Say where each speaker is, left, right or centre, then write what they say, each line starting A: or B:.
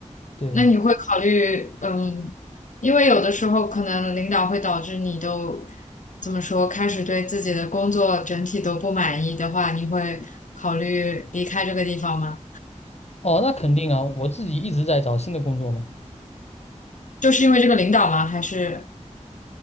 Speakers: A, on the left; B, on the left.
A: 对，
B: 那你会考虑，嗯，因为有的时候可能领导会导致你都怎么说，开始对自己的工作整体都不满意的话，你会考虑离开这个地方吗？
A: 哦，那肯定啊，我自己一直在找新的工作嘛。
B: 就是因为这个领导吗？还是